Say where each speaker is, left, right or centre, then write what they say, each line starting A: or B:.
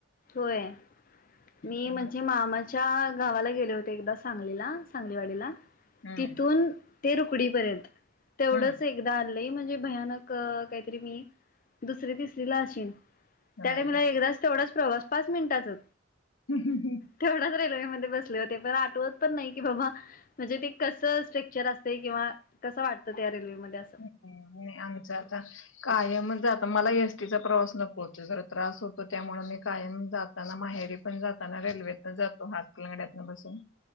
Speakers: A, on the left; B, on the left.
A: होय मी
B: त्यामुळं
A: म्हणजे मामाच्या गावाला गेले होते एकदा सांगलीला सगलीवाडीला
B: हम्म
A: तिथून ते रुकडी पर्यंत तेवढच
B: हम्म
A: एकदा लय म्हणजे भयानक काहीतरी मी दुसरी, तिसरी ला अशीन. त्या
B: होय
A: टाईमला
B: काय.
A: एकदाच तेवढाच प्रवास पाच मिनिटाचा.
B: ह हं हं.
A: तेवढाच रेल्वेमध्ये बसले होते पण आठवत पण नाही की बाबा म्हणजे ते कसं स्ट्रक्चर असतय किंवा कसं वाटतं त्या रेल्वेमध्ये अस.
B: ह् नाही आमचं आता कायम जात मला एस टी चा प्रवास नको होतो. जरा त्रास होतो, त्यामुळे मी कायम जातो. ताना माहेरी पण जाताना रेल्वेतन जातो हातकलंगड्यातन बसून.